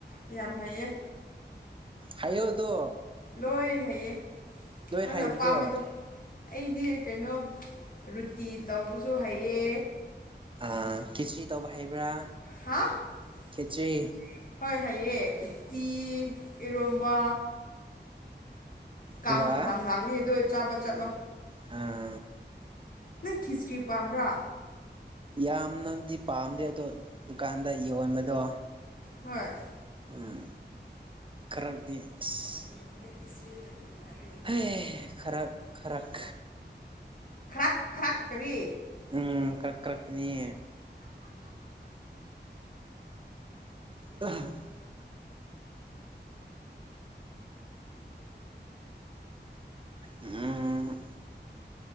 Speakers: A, on the left; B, on the right.
A: ꯌꯥꯝ ꯍꯩꯌꯦ꯫
B: ꯍꯥꯏꯌꯣꯗꯣ꯫
A: ꯂꯣꯏ ꯍꯩꯌꯦ <unintelligible> ꯅꯪꯅ
B: ꯍꯩꯕꯗꯣ
A: ꯑꯄꯥꯝꯕꯗꯣ <unintelligible> ꯑꯩꯗꯤ ꯀꯩꯅꯣ ꯔꯨꯇꯤ ꯇꯧꯕꯁꯨ ꯍꯩꯌꯦ꯫
B: ꯑ ꯀꯤꯆ꯭ꯔꯤ ꯇꯧꯕ ꯍꯩꯕ꯭ꯔꯥ꯫
A: ꯍꯥ <unintelligible>
B: ꯈꯦꯆ꯭ꯔꯤ
A: ꯍꯣꯏ ꯍꯩꯌꯦ ꯑꯨꯠꯇꯤ ꯏꯔꯣꯝꯕ꯫ ꯀꯥꯡ
B: ꯑꯗꯨꯒ
A: ꯃꯇꯝ ꯂꯥꯛꯂꯤ ꯑꯗꯨꯏ ꯆꯥꯕ ꯆꯠꯂꯣ꯫
B: ꯍ꯫
A: ꯅꯪ ꯈꯤꯆ꯭ꯔꯤ ꯄꯥꯝꯕ꯭ꯔꯥ꯫
B: ꯌꯥꯝꯅꯗꯤ ꯄꯥꯝꯗꯦ ꯑꯗꯣ ꯗꯨꯀꯥꯟꯗ ꯌꯣꯟꯕꯗꯣ
A: ꯍꯣꯏ꯫
B: ꯎꯝ ꯈꯔꯗꯤ ꯑꯩꯁ
A: ꯕꯂꯦꯛ ꯍꯤꯁꯇꯔꯤꯗ ꯃꯌꯥꯝ ꯂꯣꯏ
B: ꯍꯩ ꯈꯔꯛ ꯈꯔꯛ
A: ꯈꯔꯥꯛ ꯈꯔꯥꯛ ꯀꯔꯤ꯫
B: ꯎꯝ ꯀꯔꯛ ꯀꯔꯛꯅꯤ꯫ <unintelligible> ꯎꯝ꯫